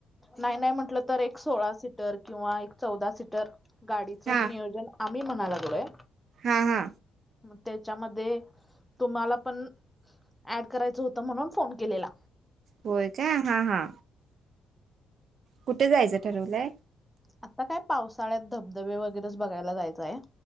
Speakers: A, in the centre; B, on the right.
A: नाय नाय म्हटलं तर एक सोळा सीटर किंवा एक चौदा सीटर. गाडीचं
B: हा
A: नियोजन आम्ही म्हणाय लागलोय.
B: हा हा.
A: मग त्याच्यामधे. तुम्हाला पण ऍड करायचं होतं म्हणून फोन केलेला.
B: होय का हा हा कुठे जायचं ठरवलंय.
A: आता काय पावसाळ्यात धबधबे वगैरेच बघायला जायचंय हाय.